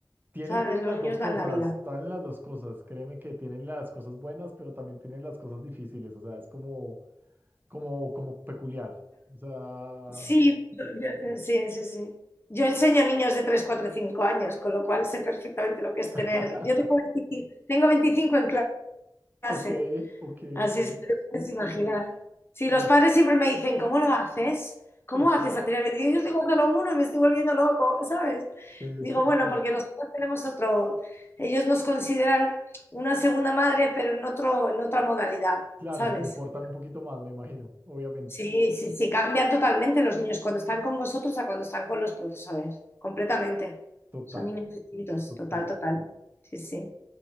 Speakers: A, on the right (about 25°); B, on the left (about 30°).
A: Tiene,
B: ¿sabes?
A: tiene
B: Los
A: las
B: niños
A: dos cosas,
B: dan la vida.
A: tienen las dos cosas. Créeme que tienen las cosas buenas, pero también tienen las cosas difíciles. O sea, es como como, como peculiar. O sea,
B: Sí, yo- yo- eh, sí, sí, sí. Yo enseño a niños de 3, 4 y 5 años, con lo cual sé perfectamente lo que es
A: <laughs>
B: tener. Yo tengo 25 tengo 25 en clase,
A: ok, ok,
B: así
A: ok.
B: es que te puedes imaginar. Sí,
A: No,
B: los padres siempre me dicen, ¿cómo lo haces? ¿Cómo
A: exacto.
B: haces a tener veinticinco, Yo tengo solo uno y me estoy volviendo loco, ¿sabes?
A: eh,
B: Digo,
A: Sí,
B: bueno,
A: sí.
B: porque nosotros tenemos otro, ellos nos consideran una segunda madre, pero en otro, en otra modalidad,
A: Claro,
B: ¿sabes?
A: se comportan un poquito más, me imagino, obviamente.
B: Sí, sí, sí, cambian totalmente los niños cuando están con vosotros a cuando están con los profesores, completamente.
A: Total,
B: Son niños distintos,
A: total.
B: total, total. Sí, sí.